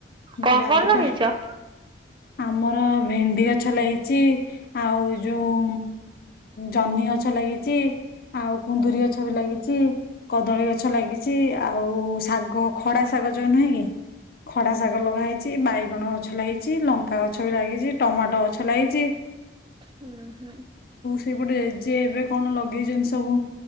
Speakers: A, on the left; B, on the right.
A: ମୁଁ କହିଲି
B: କଣ
A: ଆଉ
B: କଣ
A: ଦିଟା
B: ଲଗେଇଛ
A: ଆମର ଭେଣ୍ଡି ଗଛ ଲାଗିଛି ଆଉ ଯୋଉ ଜହ୍ନି ଗଛ ଲାଗିଛି ଆଉ କୁନ୍ଦୁରି ଗଛ ବି ଲାଗିଛି କଦଳୀ ଅ ଗଛ ଲାଗିଛି ଆଉ ସା ଖଡା ଶାଗ ଯୋଉ ନୁହେଁ କି ଖଡା ଶାଗ ଲଗା ହେେଇଛି ବାଇଗଣ ଗଛ ଲାଗେଇଛି ଲଙ୍କା ଗଛ ବି ଲାଗିଛି ଟମାଟୋ ଗଛ ଲାଗିଛି
B: ହୁଁ ହୁଁ
A: ସେପଟେ ଯେ ଏବେ କଣ ଲଗେଇଛନ୍ତି ସବୁ